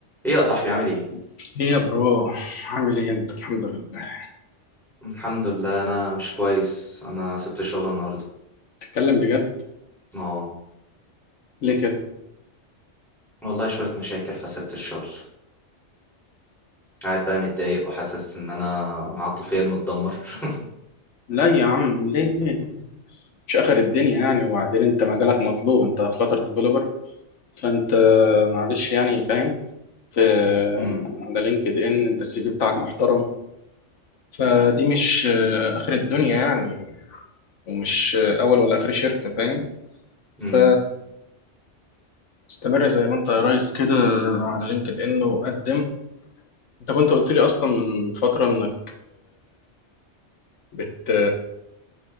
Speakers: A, in the centre; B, on the left (about 85°).
A: ايه يا صاحبي عامل ايه
B: ايه يا برو عامل ايه انت الحمد لله
A: الحمد لله انا مش كويس انا سبت الشغل النهارده
B: تتكلم بجد
A: اه
B: ليه كده
A: والله شويه مشاكل فسبت الشغل قاعد بقى متضايق وحاسس ان انا عاطفيا متدمر <laughs>
B: لا يا عم ليه ليه ليه مش اخر الدنيا يعني وبعدين انت مجالك مطلوب انت فلاتر ديفلوبر فانت معلش يعني فاهم في
A: امم
B: على لينكد ان انت السي في بتاعك محترم فدي مش آه، اخر الدنيا يعني ومش آه، اول ولا اخر شركة فاهم
A: امم
B: ف استمر زي ما انت يا ريس كده على لينكد ان وقدم انت كنت قلت لي اصلا من فترة انك بت